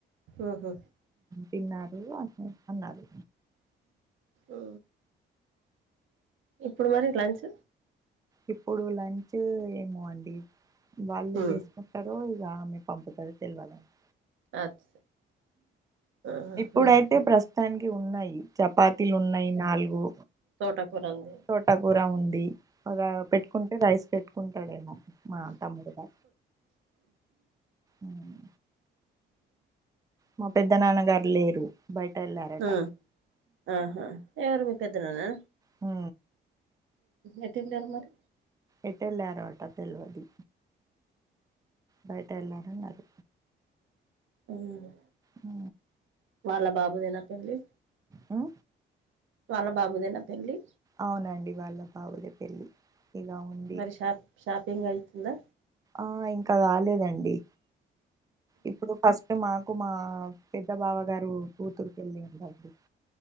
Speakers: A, on the right; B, on the right.
A: ఉహు
B: తిన్నారు. అట్నే అన్నారు.
A: ఓ ఇప్పుడు మరి లంచ్?
B: ఇప్పుడు లంచ్ ఏమో అండి. వాళ్ళే
A: ఉమ్
B: చేసు కుంటరో ఇగ అమె పంపుతదో తెల్వదండి.
A: అచ్చ ఆహా
B: ఇప్పుడైతే ప్రస్ స్తుతానికి ఉన్నాయి. చపాతీలు ఉన్నయి నాలుగు.
A: తోటకురా ఉంది.
B: తోటకూర ఉంది, ఒక పెట్టుకుంటే రైస్ పెట్టుకుంటడేమో మా తమ్ముడుగా ఉమ్. మా పెద్ద నాన్నగారు లేరు బయట ఎళ్లారట.
A: ఆ ఆహా ఎవరు మీ పెద్దనాన్నా
B: హ్
A: ఎటెల్లారు మరి.
B: ఎటేళ్ళారో అటా తెల్వది. బయట ఎళ్ళారు అన్నది.
A: హ్
B: హ్
A: వాళ్ళ బాబుదేనా పెళ్లి?
B: హ్
A: వాళ్ళ బాబుదేనా పెళ్ళి?
B: అవునండి వాళ్ళ బాబుదే పెళ్ళి. ఇలా ఉం
A: మరి షాప్ షాపింగ్ అయితుందా?
B: ఆ ఇంకా కాలేదండి. ఇప్పుడు ఫస్ట్ మాకు మా పెద్ద బావగారు కూతురు పెళ్ళి ఉందండి.